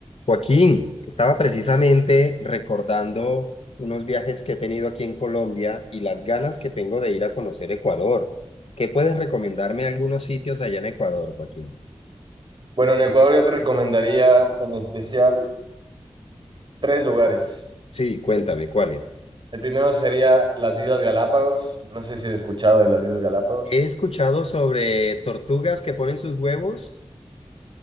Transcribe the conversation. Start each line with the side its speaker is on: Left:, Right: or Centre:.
Left: Joaquín, estaba precisamente recordando unos viajes que he tenido aquí en Colombia y las ganas que tengo de ir a conocer Ecuador. ¿Qué puedes recomendarme algunos sitios allá en Ecuador, Joaquín?
Right: Bueno, en Ecuador yo te recomendaría en especial tres lugares.
Left: Sí, cuéntame,
Right: El,
Left: ¿cuáles?
Right: el primero sería las Islas Galápagos. No sé si has escuchado de las Islas Galápagos.
Left: He escuchado sobre tortugas que ponen sus huevos.